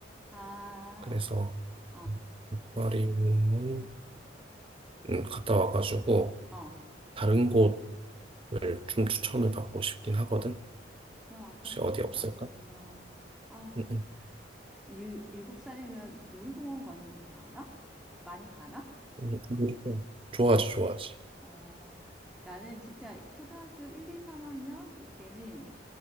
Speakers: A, in the centre; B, on the right.
A: 아,
B: 그래서
A: 어,
B: 아쿠아리움은 음, 갔다 와가지고
A: 어.
B: 다른 곳을 좀 추천을 받고 싶긴 하거든.
A: 그럼 아쿠아리움
B: 혹시 어디
A: 갔다
B: 없을까?
A: 왔으면, 아,
B: 음,
A: 일, 일곱 살이면 놀이공원 가는 거 좋아하나? 많이 가나?
B: 음, 음, 음. 좋아하지, 좋아하지.
A: 어, 나는 진짜 초등학교 1, 2, 3학년 이때는